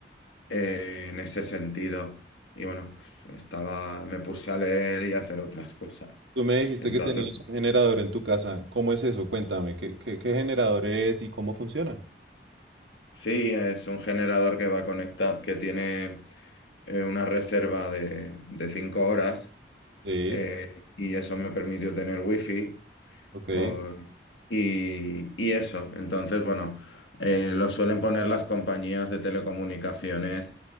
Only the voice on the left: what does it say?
eh, en ese sentido. Y bueno, pues, estaba, me puse a leer y a hacer otras cosas.
Entonces,
sí, es un generador que va conectado, que tiene eh, una reserva de, de cinco horas
eh, y eso me permitió tener wifi
O- y, y eso, entonces, bueno, eh, lo suelen poner las compañías de telecomunicaciones